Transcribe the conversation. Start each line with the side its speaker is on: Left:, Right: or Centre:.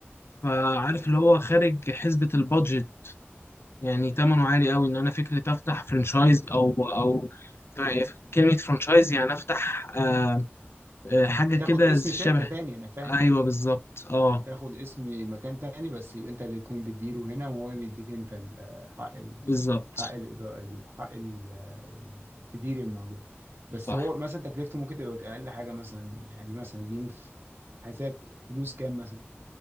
Left: فعارف اللي هو خارج حسبة البادجت يعني تمنه عالي قوي ان انا فكرة افتح فرانشايز او او طيب، كلمة فرانشايز يعني افتح آه، آه، حاجة كده
Right: تاخد اسم
Left: شبه
Right: شركه تاني انا فاهم
Left: ايوه بالظبط اه
Right: تاخد اسم مكان تاني بس يبقى انت اللي تكون بتديره هنا وهو بيديك انت ال- حق ال
Left: بالظبط
Right: حق ال حق ال ال- تدير الموضوع بس
Left: صح
Right: هو مثلا تكلفته ممكن تبقى اقل حاجه مثلا يعني مثلا اديني في حساب فلوس كام مثلا